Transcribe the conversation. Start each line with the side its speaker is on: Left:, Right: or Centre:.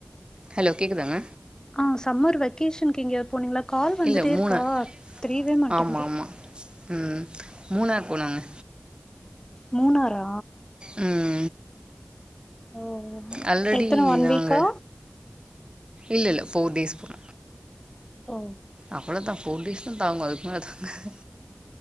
Right: ஹலோ கேக்குதாங்க
Left: ஆ சம்மர் வெக்கேஷனுக்கு எங்கயாது போனீங்ளா கால் வந்துடேடே
Right: இல்ல மூணார்
Left: இருக்கா தெரீவே மாட்டேங்கிது
Right: ஆமா ஆமா ம் மூணாரு போனன்னே
Left: மூணாரா
Right: ம்
Left: ஓ
Right: ஆல்ரெடி
Left: எத்தன ஒன்
Right: நாங்க
Left: வீக்கா
Right: இல்லல்ல ஃபோர் டேஸ் தா
Left: ஓ
Right: அவ்வள தா ஃபோர் டேஸ் தா தாங்கு அதுக் மேல தாங்காது